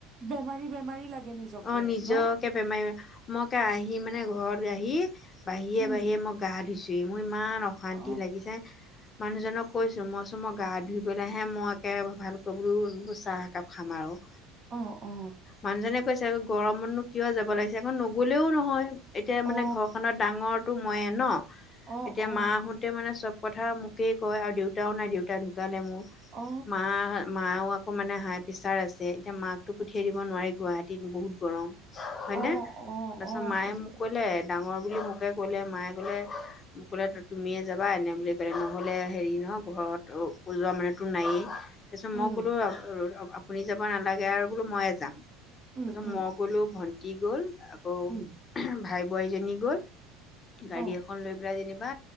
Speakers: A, on the right; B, on the left.
A: বেমাৰী বেমাৰী লাগে নিজকে
B: অ নিজকে
A: ন
B: বেমাৰী, ম‌ই‌ কে আহি মানে ঘৰত আহি, বাহিয়ে
A: উম
B: বাহিয়ে মোক গা ধুইছোহি। মোৰ ইমান অশান্তি
A: অ
B: লাগি যায় মানুহজনক কৈছো, মই কৈচো মই গা ধুই পেলাইহে মই একে ভালকৈ বো চাহ একাপ খাম আৰু।
A: অ অ
B: মানুহজনে কৈছে, গৰমতনো কিয় যাব লাগিছে? আকৌ নগলেও নহয়। এতিয়া
A: অ
B: মানে, ঘৰখনত ডাঙৰটো ময়ে ন?
A: অ
B: এতিয়া
A: অ
B: মাহত তে মানে চব কথা মোকেই কয় আৰু দেউতাও নাই, দেউতা ঢুকালে মোৰ।
A: অ
B: মা, মাও আকৌ মানে হাই প্ৰেচাৰ আছে। এতিয়া মাকো পঠিয়াই
A: আচ্ছা
B: দিব
A: আচ্ছা।
B: নোৱাৰি, গুৱাহাট টিত বহুত গৰম হয়নে?
A: অ অ
B: তাৰ পিছত
A: অ
B: মায়ে
A: তেনেকুৱা
B: মোক লে ডাঙৰ বুলি মোকে কলে, মায়ে কলে মোক কলে, তুমিয়ে যাবা এনে বুলি কলে। নহলে হেৰি নহয়, ঘৰত উজোৱা মানোতো নায়েই। তাৰপিছত
A: উম
B: মই ক'লো, আপুনি যাব নালাগে আৰু বোলো মইয়ে যাঙ।
A: উম
B: তাৰপিছত
A: উম
B: মই গলো ভন্টি গ'ল। আকৌ
A: উম
B: ভাই বোৱাইজনী গ'ল গাড়ী
A: অ
B: এখ লৈ পেলাই যেনিবা